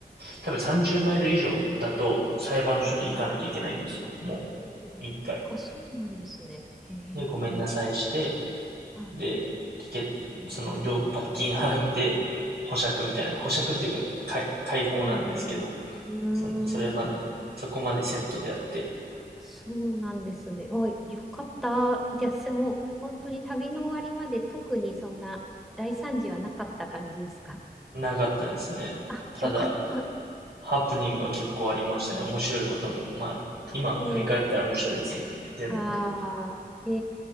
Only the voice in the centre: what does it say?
あ、
えーあ、
そうなんですね。へえ。
あ、
うん、うん。
うーん。
そうなんですね。あ、よかった。じゃあ、すもう、本当に旅の終わりまで特にそんな大惨事はなかった感じですか。
あ、
よかった。
えー
ああ、へ